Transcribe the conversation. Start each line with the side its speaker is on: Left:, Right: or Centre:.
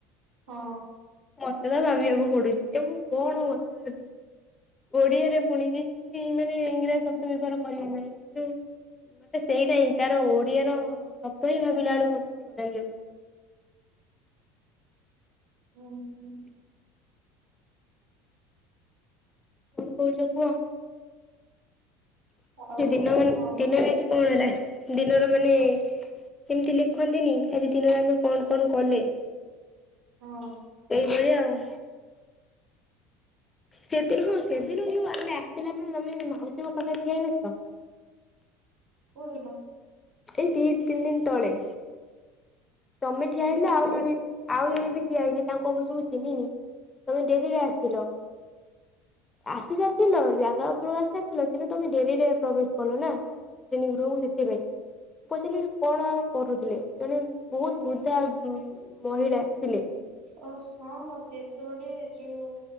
Right: ହଁ।
Left: ମତେ ତ ଭାବିବାକୁ ପଡୁଛି ଯେ ମୁଁ କଣ କଥା ହେବି? ଓଡିଆରେ ପୁଣି କିଛି ମାନେ ଇଂରାଜୀ ଶବ୍ଦ ବ୍ୟବହାର କରିବେ ନାହିଁ। କିନ୍ତୁ ମତେ ସେଇଟା ହିଁ ତାର ଓଡିଆର ଶବ୍ଦ ହିଁ ଭାବିଲା ବେଳକୁ ମତେ ସମୟ ଲାଗିଯାଉଛି।
Right: ହୁଁ ହୁଁ।
Left: କଣ କହୁଛ କୁହ?
Right: ଆଉ
Left: ଯେ ଦିନ ମାନ
Right: କ
Left: ଦିନରେ ଆଜି କଣ ହେଲା ଦିନର ମାନେ ଏମିତି ଲେଖନ୍ତିନି ଆଜି ଦିନରେ ଆମେ କଣ କଣ କଲେ?
Right: ହଁ।
Left: ଏଇ ଭଳିଆ ଆଉ। ସେଦିନ ହଁ ସେଦିନ ଯୋଉ ଆମେ ଆସିଲା ବେଳେ ତମେ ଯୋ ମାଉସୀଙ୍କ ପାଖରେ ଠିଆ ହେଇନଥିଲ।
Right: କଉ ଦିନ?
Left: ଏଇ ଦି ତିନ ଦିନ ତଳେ ତମେ ଠିଆ
Right: ସେଇ
Left: ହେଇଥିଲ
Right: ଯୋଉ
Left: ଆଉ ଜଣେ ଆଉ ଜଣେ ବି ଠିଆ ହେଇଥିଲେ ତାଙ୍କୁ ଅବଶ୍ୟ ମୁଁ ଚିହ୍ନିନି ତମେ ଡେରିରେ ଆସିଲ। ଆସି ସାରିଥିଲ ଜାଗା ଉପରକୁ ଆସି ସାରିଥିଲ କିନ୍ତୁ ତମେ ଡେରିରେ ପ୍ରବେଶ କଲ ନା। ଶ୍ରେଣୀ ଗୃହକୁ ସେଥିପାଇଁ ପଚାଲି କଣ ଆଉ କରୁଥିଲେ ଜଣେ ବହୁତ ବୃଦ୍ଧା ଉଁ ମହିଳା ଥିଲେ।
Right: ଓ ହଁ ସେତ ଗୋଟେ ଯୋଉ